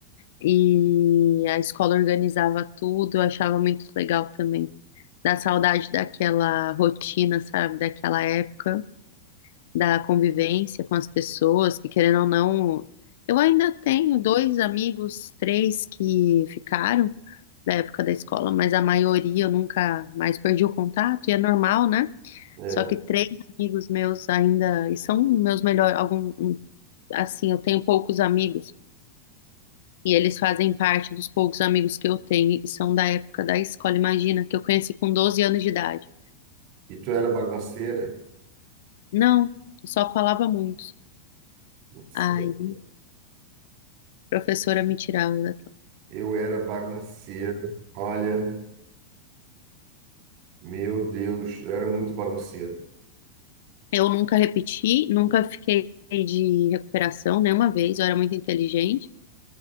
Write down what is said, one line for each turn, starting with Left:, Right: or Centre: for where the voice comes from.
Left: e a escola organizava tudo, eu achava muito legal também. Dá saudade daquela rotina, sabe, daquela época da convivência com as pessoas, que querendo ou não, eu ainda tenho dois amigos, três que ficaram da época da escola, mas a maioria eu nunca mais perdi o contato, e é normal, né?
Right: É.
Left: Só que três amigos meus ainda, e são meus melhores, algum, um- assim, eu tenho poucos amigos, e eles fazem parte dos poucos amigos que eu tenho, e são da época da escola, imagina, que eu conheci com 12 anos de idade.
Right: E tu era bagunceira?
Left: Não, eu só falava muito.
Right: Sim.
Left: Aí, a professora me tirava da
Right: Eu era bagunceiro. Olha, meu Deus, eu era muito bagunceiro.
Left: Eu nunca repeti, nunca fiquei de recuperação nenhuma vez. Eu era muito inteligente